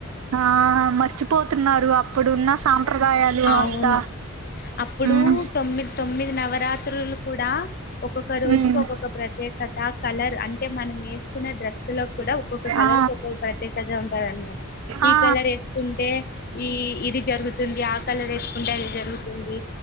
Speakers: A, on the right; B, on the left.
A: ఆ మర్చిపోతున్నారు అప్పుడున్న సాంప్రదాయాలు
B: అవును
A: అంత
B: అప్పుడు
A: మ్
B: తొమ్మిది నవరాత్రులు కూడా ఒక్కొక్క రోజుకి
A: ఉమ్
B: ఒక్కొక్క ప్రత్యేకత కలర్ అంటే టే మనం ఏసుకున్న డ్రెస్సు లో క్కూడా ఒక్కొక్క కలర్
A: ఆ
B: కు ఒక్కొక్క ప్రత్యేకత ఉంటదనమాట ఈ
A: ఆ
B: కలర్ ఏసుకుంటే ఈ ఇది జరుగుతుంది ఆ కలర్ వేసుకుంటే అది జరుగుతుంది